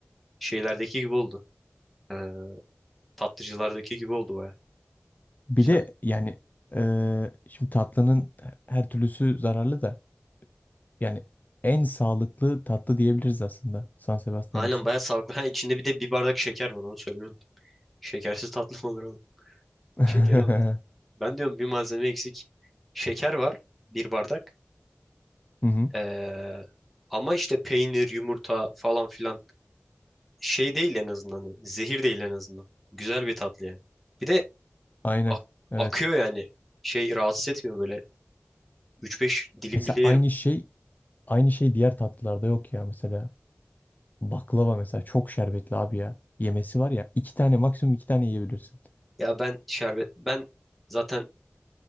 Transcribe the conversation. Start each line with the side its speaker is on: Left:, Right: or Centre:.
Centre: şeylerdeki gibi oldu. Ee, tatlıcılardaki gibi oldu baya.
Left: Bir
Centre: Güzel.
Left: de yani eee, şimdi tatlının her türlüsü zararlı da yani en sağlıklı tatlı diyebiliriz aslında San Sebastian
Centre: Aynen
Left: için.
Centre: baya sağlıklı. Ha içinde bir de bir bardak şeker var onu söylemeyi unuttum. Şekersiz tatlı mı olur oğlum?
Left: <laughs> Hı
Centre: Şekeri. unut- Ben diyorum bir malzeme eksik. Şeker var bir bardak.
Left: hı.
Centre: Ee, ama işte peynir, yumurta falan filan şey değil en azından. yani, Zehir değil en azından. Güzel bir tatlı yani. Bir de
Left: Aynen.
Centre: ak-
Left: Evet.
Centre: akıyor yani. Şey rahatsız etmiyor böyle. üç beş dilim
Left: Mesela
Centre: bile
Left: aynı
Centre: yerim.
Left: şey aynı şey diğer tatlılarda yok ya mesela. Baklava mesela çok şerbetli abi ya. Yemesi var ya iki tane maksimum iki tane yiyebilirsin.
Centre: Ya ben şerbet ben zaten